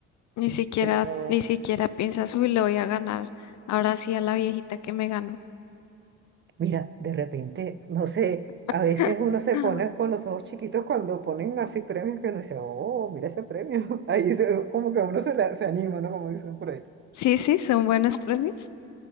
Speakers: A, on the left; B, on the right.
A: Ni siquiera,
B: Pero
A: ni siquiera piensas, uy, le voy a ganar. Ahora sí a la viejita que me ganó.
B: mira, de repente, no sé, a
A: <laughs>
B: veces uno se pone con los ojos chiquitos cuando ponen así premios que uno dice, oh, mira ese premio. <laughs> Ahí se- como que a uno se, la- se anima, ¿no? Como dicen por ahí.
A: Sí, sí, son buenos premios.